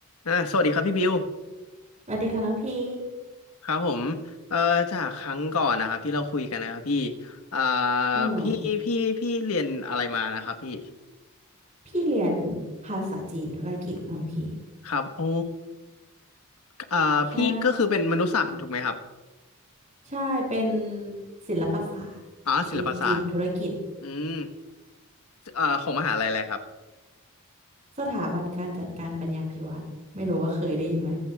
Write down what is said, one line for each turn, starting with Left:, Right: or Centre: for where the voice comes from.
Left: อ่าสวัสดีครับพี่บิว
Right: สวัสดีค่ะน้องพี่
Left: ครับผมเอ่อจากครั้งก่อนนะครับที่เราคุยกันนะครับพี่อ่า
Right: อืม
Left: พี่พี่พี่เรียนอะไรมานะครับพี่
Right: พี่เรียนภาษาจีนธุรกิจน้องพี่
Left: ครับโอ้อ่าพี่ก็คือเป็นมนุษยศาสตร์ถูกไหมครับ
Right: ใช่ ใช่ เป็นศิลปศาสตร์เอกจีนธุรกิจ
Left: อ๋อศิลปศาสตร์อืมเอ่อของมหาลัยอะไรครับ
Right: สถาบันการจัดการปัญญาภิวัฒน์ไม่รู้ว่าเคยได้ยินไหม